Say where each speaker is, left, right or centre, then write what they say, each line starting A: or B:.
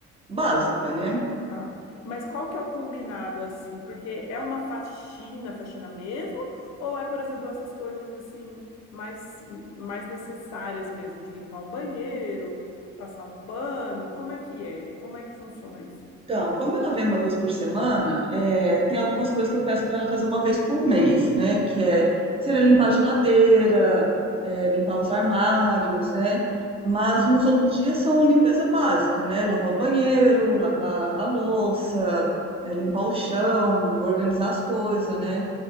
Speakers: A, on the right (about 20°); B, on the left (about 60°).
A: básica, né?
B: tá. Mas qual que é o combinado assim? Porque é uma faxina, faxina mesmo? Ou é, por exemplo, essas coisas assim mais mais necessárias mesmo, de limpar um banheiro, passar um pano? Como é que é? Como é que funciona isso?
A: Então, como ela vem uma vez por semana, eh, tem algumas coisas que eu peço para ela fazer uma vez por mês, né? Que é ser limpar a geladeira, eh, limpar os armários, né? Mas nos outros dias são limpeza básica, né? Lavar o banheiro, lavar a louça, eh, limpar o chão, organizar as coisas, né?